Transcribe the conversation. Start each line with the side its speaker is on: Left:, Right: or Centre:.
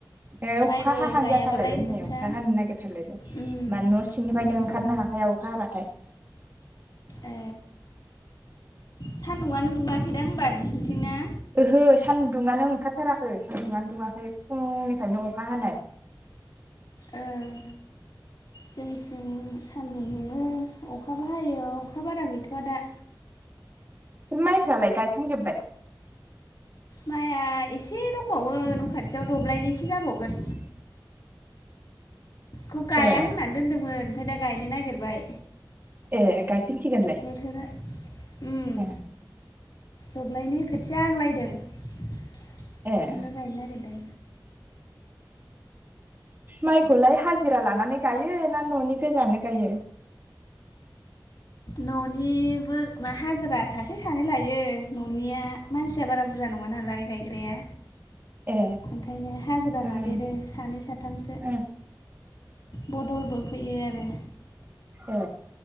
Right: ए अखा
Left: माइबो
Right: हाहां
Left: गायाबालाय
Right: जाथारलायबाय हनै
Left: नोंसा
Right: अखा हानो नागिरथारलायबाय
Left: उम
Right: मान न' सिंनिफ्रायनो
Left: उम
Right: ओंखारनो
Left: उम
Right: हाखाया अख अखा हाबाथाय।
Left: ए सान्दुआनो दुङाखैदां होनबा नोंसिनिथिं ना?
Right: ओहो सान्दुङानो ओंखारथाराखै सान्दुङानो दुङाखै फुंनिफ्रायनो अखा हानाय।
Left: ओं। जोंथिं सान्दुं दुङो अखाबो हायो अखा बारा गैथ'आ दा।
Right: माइफ्रालाय गायखांजोब्बाय
Left: माया एसे दंबावो न' खाथियाव दब्लायनसो जाबावगोन। खौ गाया
Right: ए
Left: होननानै दोनदोंमोन ओमफाय दा गायनो नागिरबाय
Right: ए गायफिनसिगोनलाय
Left: बोथोरा उम
Right: ए
Left: दल्बायनै खोथिया आग्लायदों खोनो
Right: ए
Left: गायनो नागिरदों।
Right: माइखौलाय हाजिरा लानानै गायो ना न'नि गोजानो गायो।
Left: न'निबो मा हाजिरा सासे सानै लायो न'निया मानसिया बारा बुरजा नङा नालाय गायग्राया
Right: ए
Left: ओंखायनो हाजिरा
Right: ओं
Left: लादेरो सानै सा थामसो
Right: ओं
Left: बदलबो फैयो आरो
Right: ए